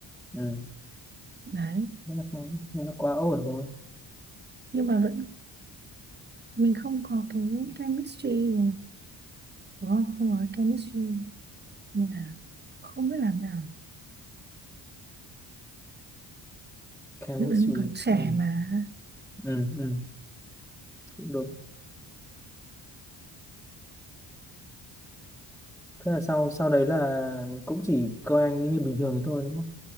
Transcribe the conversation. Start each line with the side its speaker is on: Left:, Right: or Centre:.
Centre: ừ
Right: đấy
Centre: Thế là quá, thế là quá ổn rồi
Right: nhưng mà vẫn mình không có cái chemistry đúng không không có cái chemistry nên là không biết làm nào
Centre: chemistry
Right: lúc đấy mình còn
Centre: à?
Right: trẻ
Centre: ừ
Right: mà
Centre: ừ ừ cũng đúng thế là sau sau đấy là cũng chỉ coi anh như bình thường thì thôi đúng không